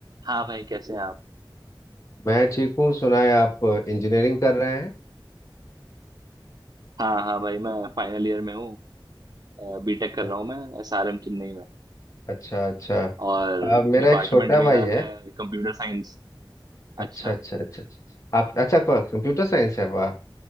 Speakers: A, on the right (about 45°); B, on the left (about 35°).
A: हाँ भाई कैसे हैं आप
B: मैं ठीक हूँ सुना है आप इंजीनियरिंग कर रहे हैं
A: हाँ हाँ भाई मैं फाइनल ईयर में हूँ बीटेक कर
B: अ-
A: रहा हूँ मैं एसआरएम चेन्नई में
B: अच्छा अच्छा
A: और
B: अ, मेरा
A: डिपार्टमेंट
B: एक छोटा
A: मेरा
B: भाई है
A: है कंप्यूटर साइंस अच्छा
B: अच्छा अच्छा अच्छा अच्छा। आप अच्छा कंप्यूटर साइंस है वाह